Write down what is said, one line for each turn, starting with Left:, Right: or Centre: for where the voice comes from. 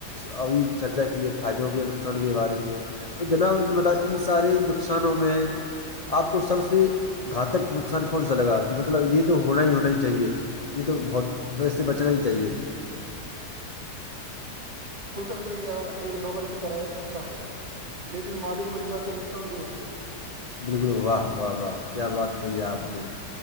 Left: ابھی چرچا کیے فائدوں کے اور نقصان کے بارے میں تو جناب ان م ان سارے نقصانوں میں آپ کو سب سے گھاتک نقصان کون سا لگا کہ مطلب یہ تو ہونا ہی ہونا ہی چاہیے یہ تو بہتذ اس سے بچنا ہی چاہیے
Right: سوشل میڈیا ایک نوکر کی طرح اچھا ہے لیکن مالک بن جائے تو نقصان دہ ہو سکتا ہے
Left: بالکل واہ واہ واہ کیا بات کہی ہے آپ نے